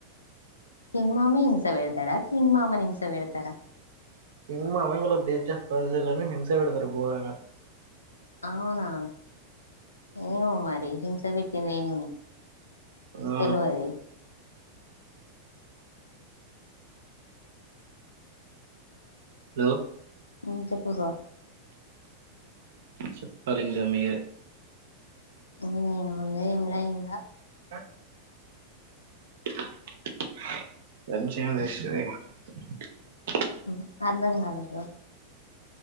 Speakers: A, on the left; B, on the right.
A: కింగ్ మామే హింసా పెడ్తడా, కింగ్ మామని హింస పెడ్తరా.
B: కింగ్ మామా వాళ్ళ దేశ ప్రజలను హింస పెడతరు గోరంగా.
A: అవునా ఏమో మరి హింస పెట్టిందేం
B: ఆ
A: తెలవది.
B: హలో
A: ఉ చెప్పు రా
B: చెప్పాలి ఇంగ మీరే
A: ఉ నేను ముందే ఏంలా ఇంగ
B: ఆ <unintelligible>
A: ఉ అర్థం కాలేదు